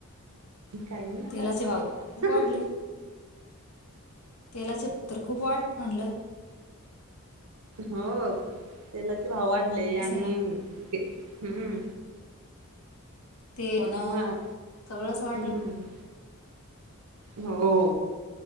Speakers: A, on the right; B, on the left.
A: काही नाही आता.
B: तेलाचे भाव खूप
A: ह
B: वाढले
A: ह.
B: तेलाचे चे दर खूप वाढले म्हणलं.
A: हो. तेलाचे भाव वाढले
B: तेच
A: आणि
B: आहे ना
A: हम्म.
B: ते म्हण.
A: मग
B: सगळंच वाढलं.
A: हम्म. हो.